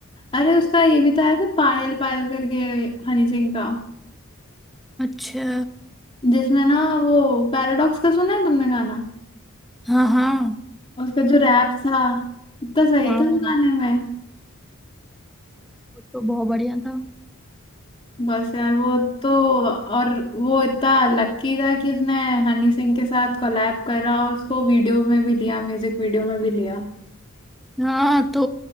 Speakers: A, on the left (about 25°); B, in the centre.
A: अरे उसका ये भी तो आया था पायल पायल करके हनी सिंह का
B: अच्छा
A: जिसमें ना वो पैराडॉक्स का सुना है तुमने गाना
B: हाँ हाँ
A: उसका जो रैप था इतना सही
B: हाँ
A: था वो गाने में
B: वो तो बहुत बढ़िया था
A: बस यार वो तो और वो इतना लकी था कि उसने हनी सिंह के साथ कोलैब करा और उसको वीडियो में भी लिया म्यूजिक वीडियो में भी लिया
B: हाँ तो